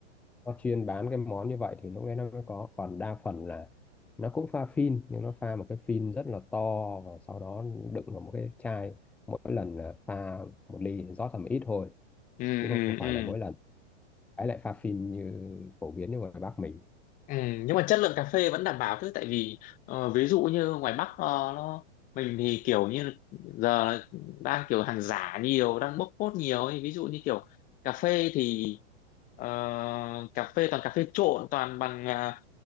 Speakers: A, in the centre; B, on the left.
A: nó chuyên bán cái món như vậy thì lúc đấy nó mới có còn đa phần là nó cũng pha phin nhưng nó pha một cái phin rất là to và sau đó đựng vào một cái chai mỗi lần là pha một ly rót tầm ít thôi
B: ừ
A: chứ
B: ừ
A: không phải
B: ừ
A: là mỗi lần ấy lại pha phin như phổ biến như ngoài Bắc mình
B: Ừ, nhưng mà chất lượng cà phê vẫn đảm bảo chứ tại vì ờ, ví dụ như ngoài Bắc ờ, nó mình thì kiểu như giờ là đang kiểu hàng giả nhiều đang bốc phốt nhiều ấy. Ví dụ như kiểu cà phê thì ờ, cà phê toàn cà phê trộn toàn bằng à,